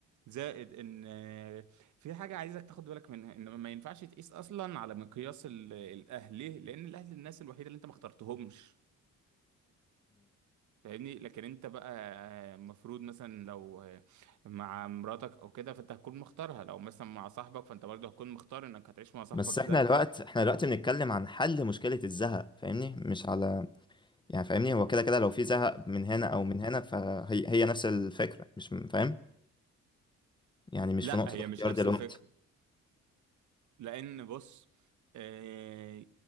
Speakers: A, on the right; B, on the left.
A: زائد ان آه، في حاجة عايزك تاخد بالك منها ان ما ينفعش تقيس اصلا على مقياس ال- الاهل ليه؟ لان الاهل الناس الوحيدة اللي انت ما اخترتهمش فاهمني لكن انت بقى آه، المفروض مثلا لو آه، مع مراتك او كده فانت هتكون مختارها لو مثلا مع صاحبك فانت برضه هتكون مختار انك هتعيش مع صاحبك
B: بس احنا
A: ده
B: دلوقتي احنا دلوقتي بنتكلم عن حل مشكلة الزهق فاهمني مش على يعني فاهمني هو كده كده لو في زهق من هنا او من هنا فهي هي نفس الفكرة مش م- فاهم يعني مش
A: لا
B: في نقطة
A: هي
B: اختيار
A: مش نفس
B: دلوقتي
A: الفكر لان بص آه،